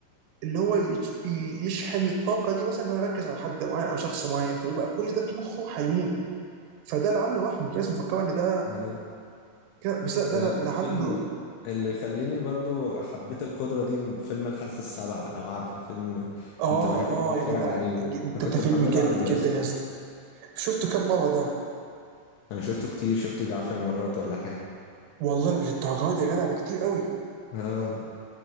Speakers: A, on the right (about 80°); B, on the left (about 80°).
A: ان هو يش- ي- يشحن الطاقه دي مثلا ان هو يركز على حد معين او شخص معين فبيبقى كل ده في مخه هيموت فده لعله رحمه في ناس مفكره ان ده
B: آه،
A: كده- بس لا، ده
B: ده
A: لعله
B: فيلم اللي يخليني برضو حبيت القدرة دي إن فيلم الحاسة السابعة لو عارفه فيلم
A: اه
B: كنت بحب أقعد أتفرج
A: اه يا جدع
B: عليه
A: ده,
B: أنا كنت
A: ده فيلم
B: محمله
A: جامد
B: عندي
A: جدا
B: أصلا
A: يا اسطى شفته كم مره ده
B: أنا شفته كتير شفته يجي عشر مرات ولا حاجة
A: والله للدرجه دي يا جدع ده كتير قوي
B: آه